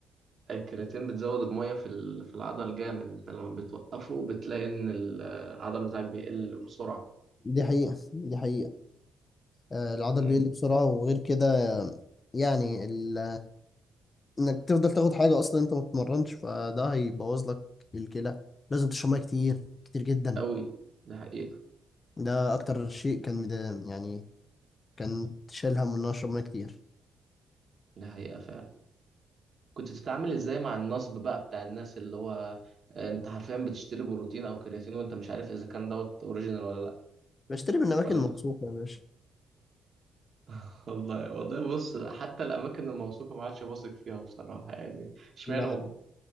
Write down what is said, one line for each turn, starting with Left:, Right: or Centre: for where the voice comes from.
Right: الكرياتين بتزود المية في ال- في العضل جامد انت لما بتوقفه بتلاقي ان العضل بتاعك بيقل بسرعة
Left: دي حقيقة دي حقيقة آه، العضل
Right: امم
Left: بيقل بسرعة وغير كده آه، يعني ال... انك تفضل تاخد حاجة اصلا انت ما بتتمرنش فده هيبوظ لك الكلى لازم تشرب ميه كتير كتير جدا
Right: قوي ده حقيقة
Left: ده اكتر شيء كان مد- يعني كان شايل هم ان انا اشرب ميه كتير
Right: ده حقيقة فعلا كنت بتتعامل ازاي مع النصب بقى بتاع الناس اللي هو آه، انت حرفيا بتشتري بروتين او كرياتين وانت مش عارف اذا كان دوت اوريجينال ولا لا
Left: بشتري من اماكن
Right: ولا
Left: موثوقة
Right: انت كنت
Left: يا باشا
Right: <laughs> والله والله بص حتى الاماكن الموثوقة ما عادش بثق فيها بصراحة يعني اشمعنى
Left: لا لا.
Right: هم